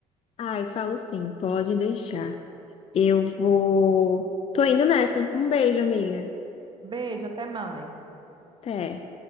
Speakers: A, on the left; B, on the right.
A: Ai, falo sim, pode deixar. Eu vou. Tô indo nessa. Um beijo, amiga.
B: Beijo, até mais.
A: Até.